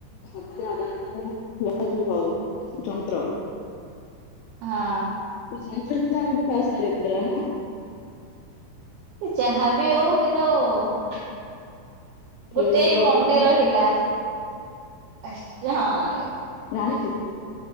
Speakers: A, on the left; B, on the right.
A: ଭାବରେ ଆଦାନ ପ୍ରଦାନ ଯୋଉ ଯନ୍ତ୍ର ।
B: ହଁ ।
A: <unintelligible> ତାଙ୍କୁ ପାସ୍ କରିବାକୁ ଦେଲା ନା ।
B: ସେ ଯାହା ବି ହଉ କିନ୍ତୁ ।
A: ଫେଲ
B: ଗୋଟେ
A: ହେଇକି ବସିଥାନ୍ତି।
B: ମନେ ରହିଲା । ଅଷ୍ଟ ହଁ <unintelligible>
A: ଜାଣିଛୁ।